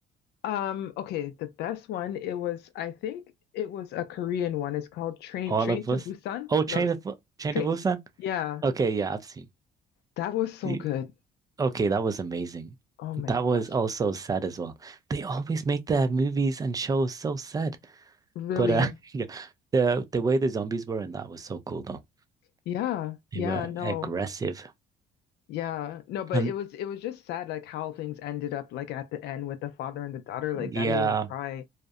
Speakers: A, on the left; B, on the right.
A: Um, okay, the best one, it was, I think it was a Korean one. It's called Train
B: All
A: Train
B: of
A: to
B: us?
A: Busan.
B: Oh, Train
A: No, no,
B: to, Train
A: Train.
B: to Busan?
A: Yeah,
B: Okay, yeah, I've seen.
A: that was so
B: the-
A: good.
B: Okay, that was amazing.
A: Oh my
B: That
A: gosh.
B: was also sad as well. They always make their movies and shows so sad.
A: Really?
B: But uh, <laughs> yeah, the the way the zombies were in that was so cool though.
A: Yeah. Yeah,
B: They were
A: no.
B: aggressive.
A: Yeah. No, but
B: And
A: it was it was just sad like how things ended up like at the end with the father and the daughter. Like
B: yeah,
A: that made me cry.